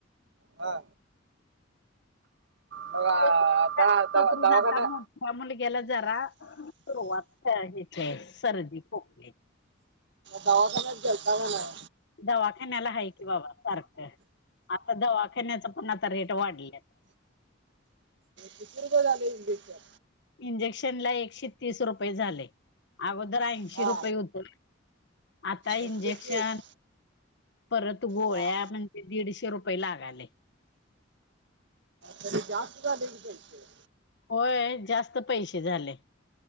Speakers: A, on the right; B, on the left.
A: हा मग आता
B: <unintelligible>
A: दवा दवाखान्या
B: त्या मुलग्याला जरा सुरुवात ह्याची सर्दी खोक
A: दवाखच घेलता काय नाय?
B: दवाखान्याला आहे की बाबा सारखं आता दवाखान्याच पण आता रेट वाढल्यात
A: किती रुपयांचा झालं इंजेकशन?
B: इंजेक्शन ला एकशे तीस रुपये झाले अगोदर ऐंशी
A: हा
B: रुपये होत. आता
A: एकशे
B: इंजेक्शन
A: तीस
B: परत गोळ्या
A: हा
B: म्हणजे दीडशे रुपये लागालय.
A: तनिक जास्त झालं कि पैसे
B: होय जास्त पैसे झाले